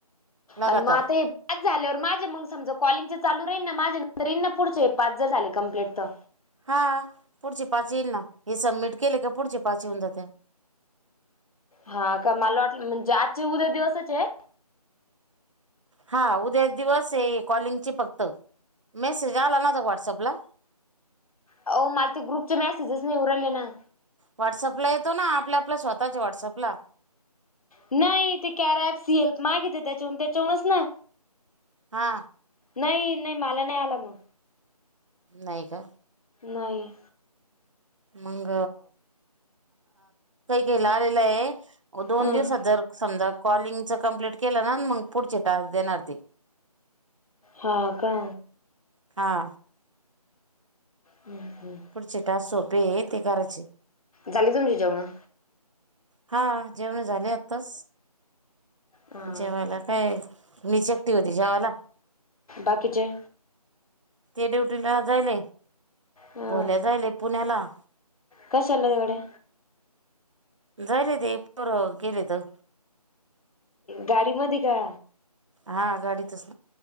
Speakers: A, on the right; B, on the left.
A: लगातार
B: आणिन मा ते, पाच झाल्यावर माझे मग समजा कॉलिंग चालू राहीन, ना माझे नर राईन ना पुढचे हे पाच ज झाले कम्प्लीट तर,
A: हा? पुढचे पाच येईल ना हे सबमिट केले का पुढचे पाच येऊन जाते.
B: हा का मला वाटलं म्हणजे आजची उद्या दिवसाच आहे?
A: हा उद्या दिवस आहे कॉलिंगची फक्त, मेसेज आला ना त व्हॉट्सअपला.
B: हो मला ते ग्रुपचे मेजस नाही उरले ना.
A: व्हॉट्सअप ला ना आपल्या आपल्या स्वतःच्या व्हाट्सअपला.
B: नाही, कॅरप सी हेल्प त्याच्याून त्याच्याूनच ना.
A: हा,
B: नाही नाही, मला नाही आला फोन मग,
A: नाही का,?
B: नाही,
A: मंग, काही लागलेलं आहे, दोन
B: हं
A: दिवसात जर समजा कॉलिंगच कमप्लीट केलं ना मग पुढचे टास्क देणार ते,
B: हा का,
A: हा,?
B: हम्म हम्म,
A: जे टास्क सोपे ते करयाचे,
B: झाली तुमची जेवणं,
A: हा जेवणं झाले आत्ताच,
B: हा
A: जेवायाला
B: का
A: काय मीच एकटी होती जेवायाला,
B: बाकीचे,
A: ते ड्युटीला जायेल,
B: हा
A: भोल्या जायले पुण्याला,
B: कशाला एवढ्या,
A: जायेल ते, पोरं गेले तर,
B: गाडीमध्ये का?
A: हा गाडीतच,?